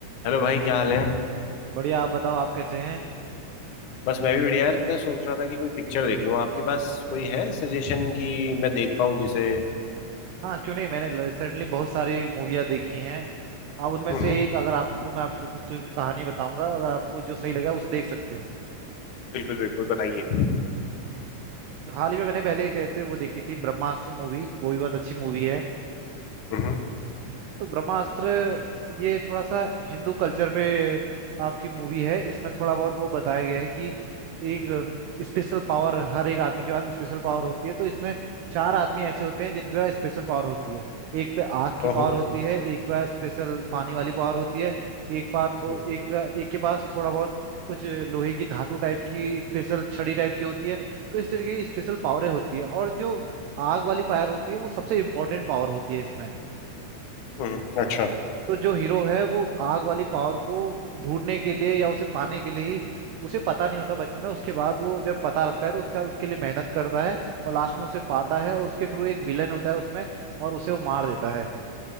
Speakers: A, on the left; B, on the right.
A: Hello भाई क्या हाल है
B: बढ़िया आप बताओ आप कैसे हैं
A: बस मैं भी बढ़िया यार पता है सोच रहा था कि कोई पिक्चर देख लूं आपके पास कोई है सजेशन कि मैं देख पाऊं जिसे
B: हाँ क्यों नहीं मैंने रिसेंटली बहुत सारी मूवियाँ देखी हैं आप उनमें
A: हम्म
B: से एक अगर आपको मैं आपको कुछ तो कहानी बताऊंगा अगर आपको जो सही लगा उसे देख सकते हैं
A: बिल्कुल बिल्कुल बताइए
B: हाल ही में मैंने पहले कहते वो देखी थी ब्रह्मास्त्र मूवी वो भी बहुत अच्छी मूवी है
A: हम्म हम्म।
B: तो ब्रह्मास्त्र ये थोड़ा सा हिंदू कल्चर पे आपकी मूवी है इसमें थोड़ा बहुत वो बताया गया है कि एक स्पेशल पावर हर एक आदमी के पास स्पेशल पावर होती है तो इसमें चार आदमी ऐसे होते हैं जिनके पास स्पेशल पावर होती है एक पे आग की
A: ओहो
B: पावर होती
A: हम्म
B: है एक पे पास स्पेशल पानी वाली पावर होती है एक पार थो
A: हम्म,
B: एक पे- एक के पास थोड़ा बहुत कुछ लोहे की धातु टाइप की स्पेशल छड़ी टाइप की होती है तो इस तरीके की स्पेशल पावरें होती है और जो आग वाली पावर होती है वो सबसे इम्पोर्टेंट पावर होती है इसमें
A: हम्म, हम्म। अच्छा
B: तो जो हीरो है वो आग वाली पावर को ढूंढने के लिए या उसे पाने के लिए ही उसे पता नहीं होता बचपन में उसके बाद वो जब पता लगता है तो उसका उसके लिए मेहनत करता है और लास्ट में उसे पाता है और उसके थ्रू एक विलन होता है उसमें और उसे वो मार देता है